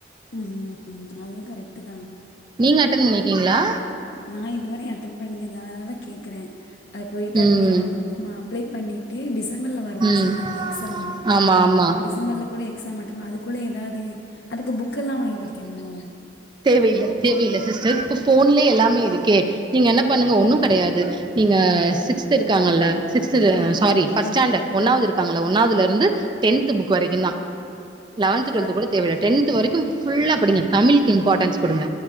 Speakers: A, on the left (about 60°); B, on the right (about 25°).
A: ம் ம் அதுவு கரெக்ட்டுதான்
B: நீங்க அட்டன் பண்னிருக்கீங்ளா
A: நா இதுவரையு அட்டன் பண்ணதில்ல அதனாலதா கேக்கறேன் அத போயிட்டு
B: ம்.
A: அப்ப ஃபார்ம் நம்ம அப்ளை பண்ணி ட்டு டிசம்பர்ல வருதுன்னு
B: ம்.
A: சொன்னாங்க எக்ஸாமு
B: ஆமா, ஆமா.
A: டிசம்பர்ல கூட எக்ஸாம் ஆட்டன் அதுக்குள்ள எதாது அதுக்கு புக் எல்லா வாங்கி படிக்கனுமோ
B: தேவையில்லை தேவையில்லை சிஸ்டர் இப்போ ஃபோன்லயே எல்லாமே இருக்கே நீங்க என்ன பண்ணுங்க ஒன்னு கெடையாது நீங்க சிக்ஸ்த் இருக்காங்கல்ல சிகஸ்த்
A: ஆமா,
B: சாரி ஃபர்ஸ்ட்
A: ஆமா.
B: ஸ்டாண்டர்ட் ஒன்னாவது இருக்காங்கல்ல ஒன்னாவதுல இருந்து டென்த் புக் வரைக்குந்தான் லெவன்த்
A: அதுல
B: டுவல்த் கூட தேவயில்லை டென்த் வரைக்கும் ஃபுல்லா படிங்க தமிழ்க்கு இம்பார்ட்டன்ஸ் குடுங்க